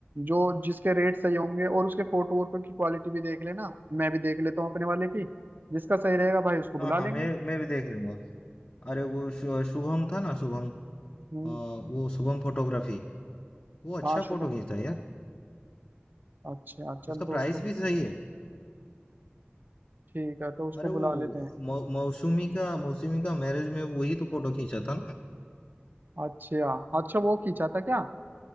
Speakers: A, on the right; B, on the left.
A: जो जिसके रेट सही होंगे और उसके फोटो वोटो की क्वालिटी भी देख लेना मैं भी देख लेता हूँ अपने वाले की जिसका सही रहेगा भाई उसको
B: हाँ
A: बुला
B: हाँ
A: लेंगे
B: मैं मैं भी देख लूंगा अरे वो शु- शुभम था ना शुभम अ,
A: हम्म
B: वो शुभम फोटोग्राफी वो अच्छा
A: हाँ शुभम
B: फोटो खींचता
A: को
B: है यार
A: अच्छा चल
B: उसका
A: तो
B: प्राइस
A: उसको
B: भी
A: बु-
B: सही है
A: ठीक है तो उसको
B: अरे
A: बुला
B: वो
A: लेते हैं
B: मौ, मौसमी का मौसमी का मैरिज में वही तो फोटो खींचा था ना
A: अच्छा अच्छा वो खींचा था क्या